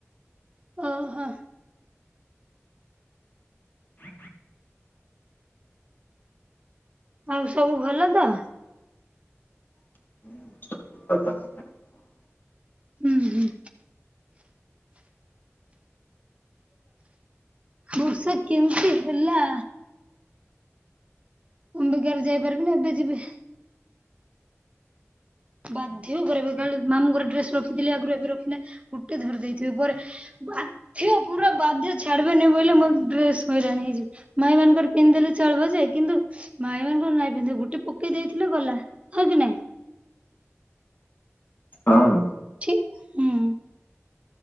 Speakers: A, on the right (about 25°); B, on the left (about 40°).
A: ଓ ହୋ।
B: ହ
A: ଆଉ ସବୁ ଭଲ ତ।
B: <unintelligible>
A: ହୁଁ ହୁଁ। ବୃଷା କେମିତି ହେଲା? ମୁମ୍ବିକାରୁ ଯାଇପାରିବିନି ଏବେ ଯିବେ। ବାଧ୍ୟ କର କାଲି ମାମୁଙ୍କର ଡ୍ରେସ ରଖିଥିଲି ଆଗରୁ ଏବେ ରଖିଲେ ଗୋଟେ ଧରି ଦେଇେଥିବେ ପରେ ଆଥିବ ପୁରା ବାଧ୍ୟ ଛାଡିବନି ବୋଇଲେ ମୋ ଡ୍ରେସ ହଇରାଣି ହେଇଯିବ ମାଇ ମାନଙ୍କର ପିନ୍ଧେଲେ ଚଳି ବ ଯେ କିନ୍ତୁ ମାଇ ମାନଙ୍କର ନାଇଁ ପିନ୍ଧିବ ଗୋଟେ ପକେଇ ଦେଇଥିଲ ଗଲା ହଉ କି ନାଇଁ?
B: ହଁ।
A: ଠିକ ହୁଁ।